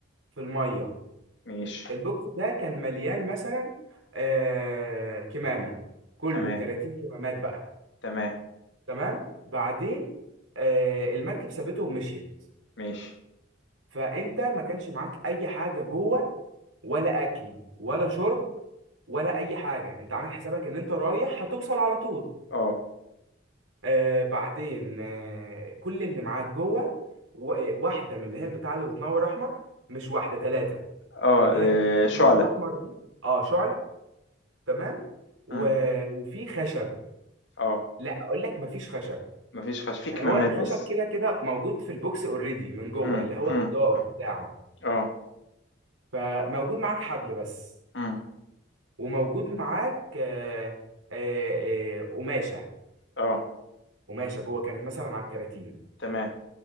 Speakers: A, on the right (about 85°); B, on the left (about 65°).
A: في الميه
B: ماشي،
A: البوكس ده كان مليان مثلا آه كمامه كله
B: تمام.
A: كراتين كمامات بقى
B: تمام
A: تمام بعدين آه المركب سابته ومشيت
B: ماشي
A: فانت ما كانش معاك اي حاجه جوه ولا اكل ولا شرب ولا اي حاجه انت عامل حسابك ان انت رايح هتوصل على طول
B: اه
A: آه بعدين آه كل اللي معاك جوه و- واحده من اللي هي البتاع اللي بتنور احمر مش واحده ثلاثه
B: اه
A: من اللي
B: آه،
A: هي اللي
B: شعلة
A: بتنور احمر دي اه شعله تمام و...
B: مم.
A: وفي خشب
B: اه
A: لا اقول لك مفيش خشب
B: مفيش خش في
A: يعني
B: كمامات
A: هو الخشب
B: بس
A: كده كده موجود في البوكس اوريدي من جوه
B: مم.
A: اللي هو
B: مم.
A: الجدار بتاعه
B: اه
A: فموجود معاك حبل بس
B: مم.
A: وموجود معاك آه، آه، آه، قماشه
B: اه
A: قماشه جوه كانت مثلا على الكراتين
B: تمام